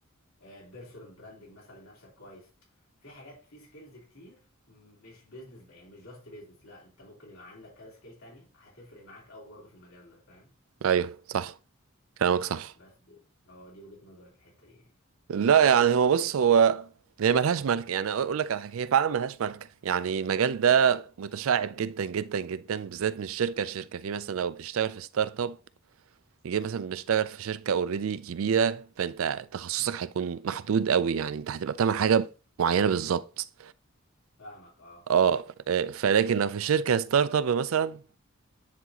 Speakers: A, on the left (about 80°); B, on the right (about 75°).
A: بيرسونال براندنج مثلا لنفسك كويس في حاجات في سكيلز كتير مش بيزنس بقى يعني مش جاست بيزنس لا انت ممكن يبقى عندك كذا سكيل تانية هتفرق معاك قوي برضه في المجال ده فاهم
B: ايوه صح كلامك صح
A: بس دي اه دي وجهة نظري في الحتة دي يعني
B: لا يعني هو بص هو هي ملهاش ملك يعني اقول لك على حاجه هي فعلا ملهاش ملك يعني المجال ده
A: مم.
B: متشعب جدا جدا جدا بالذات من شركه لشركه
A: مم.
B: في مثلا لو بتشتغل في ستارت اب يجي
A: مم.
B: مثلا بتشتغل في شركه اوريدي كبيره فانت تخصصك هيكون محدود قوي يعني انت هتبقى بتعمل حاجه معينه بالظبط
A: فاهمك اه
B: اه آه، فلكن لو في شركه ستارت اب مثلا